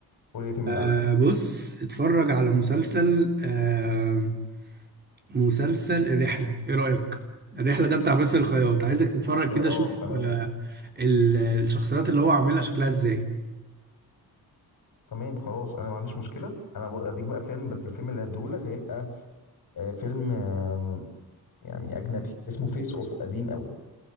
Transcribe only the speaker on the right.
آه
بص اتفرج على مسلسل آه مسلسل الرحلة ايه رأيك الرحلة ده بتاع باسل الخياط عايزك
تتفرج
كده
شوف
آه، ال- الشخصيات اللي هو عاملها شكلها ازاي